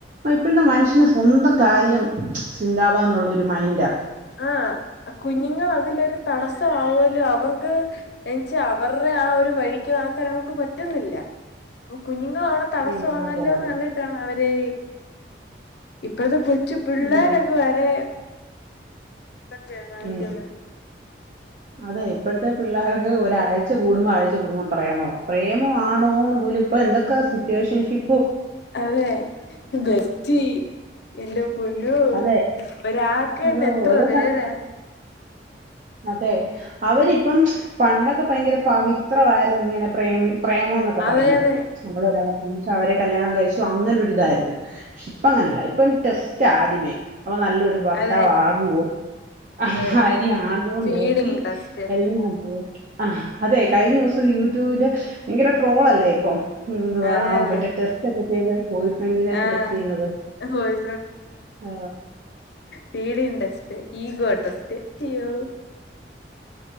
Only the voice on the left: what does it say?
ആ കുഞ്ഞുങ്ങൾ അതിലൊരു- തടസ്സമാവോലോ അവർക്ക് ചാനിച്ച <unintelligible> അവരുടെ ആ ഒരു വഴിക്ക് നടക്കാൻ അവക്ക് പറ്റുന്നില്ല അപ്പൊ കുഞ്ഞു- അവിടെ തടസ്സമാനല്ലോന്ന്
കണ്ടിട്ടാണ് അവര് - ഇപ്പഴത്തെ കു- ച്ചു പിള്ളോരൊക്കെ
വരെ- എന്തൊക്കെ കാണിക്കുന്നേ
അതെ ബസ്റ്റി എന്റെ പൊന്നു
ഒരാക്കന്നെ
എത്ര
പേര
അതെ അതെ
അതെ
അതെ
ഫീഡിങ്
ടെസ്റ്റ്
അതെ അതെ
ആഹ്
ബോയ്
ഫീഡിങ്ടെസ്റ്റ്‌ ഈഗോടെസ്റ്റ്‌ ഇയ്യോ